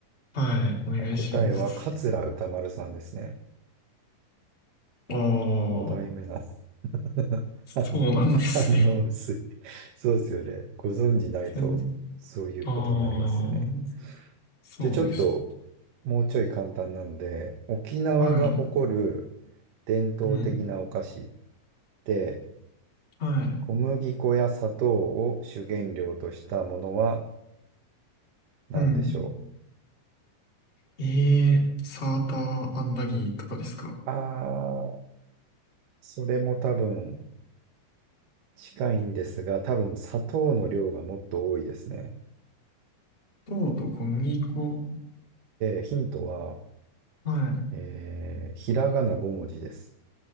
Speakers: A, on the left; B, on the right.
A: はい、お願いします。
B: はい、答えは桂歌丸さんですね。
A: ああ、
B: 5代目なんです。<laughs>
A: そうなんですね。
B: 反応、<laughs> 反応薄い。そうですよね。ご存じないと、
A: 全
B: そういうことになりますよね。
A: ああ、そうです。
B: で、ちょっと、もうちょい簡単なので、沖縄が誇る
A: はい。
B: 伝統的なお菓子
A: うん。
B: で、
A: はい。
B: 小麦粉や砂糖を主原料としたものは何でしょ
A: うん。ええー、サーターアンダギーとかですか
B: うあー、それも多分近いんですが、多分砂糖の量がもっと多いですね。
A: 糖と小麦粉。
B: で、ヒントは、
A: はい。
B: えー、ひらがな5文字です。